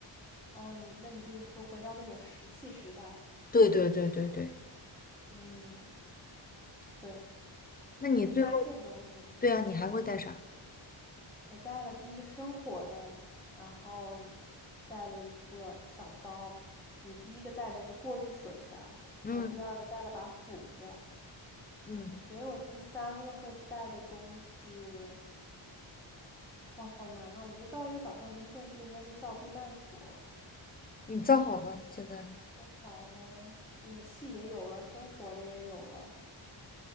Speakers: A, in the centre; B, on the left.
A: 哦，你那你就是说回到那种石器时代，
B: 对对对对对，
A: 嗯，对。
B: 那你最后，
A: 那第三件东西，
B: 对啊，你还会带啥？
A: 我带了第一个生火的，然后带了一个小刀。你第一个带的是过滤水的，
B: 嗯
A: 然后第二个带了把斧子。
B: 嗯。
A: 我觉得我第三个会带的东西，哇，好难啊！我觉得到一个岛上第一件事情应该是造避难所，
B: 你造好了，现在
A: 就好了，武器也有了，生活的也有了，